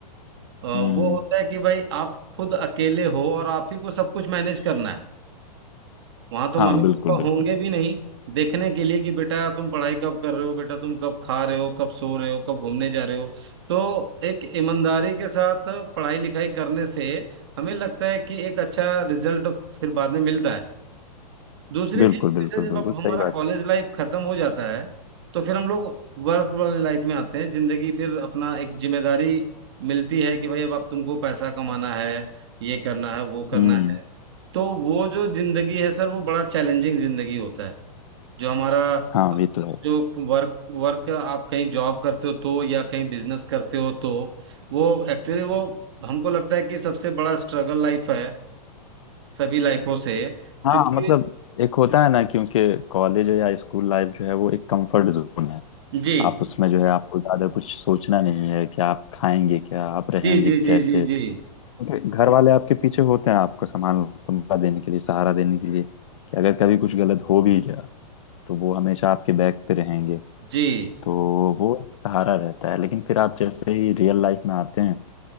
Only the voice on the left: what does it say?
हम्म
हाँ
बिल्कुल
बिल्कुल
बिल्कुल
बिल्कुल
बिल्कुल
सही
बात
है। हम्म
हाँ ये तो है
हाँ
मतलब एक होता है ना क्योंकि कॉलेज या स्कूल लाइफ जो है वो एक कंफर्ट जोन है
आप उसमें जो है आपको ज्यादा कुछ सोचना नहीं है कि आप खाएंगे क्या आप रहेंगे
कैसे
क्योंकि घर वाले आपके पीछे होते हैं आपको सामान संभाल देने के लिए सहारा देने के लिए कि अगर कभी कुछ गलत हो भी गया तो वो हमेशा आपके बैक पे रहेंगे
तो वो एक सहारा रहता है लेकिन फिर आप जैसे ही रियल लाइफ में आते हैं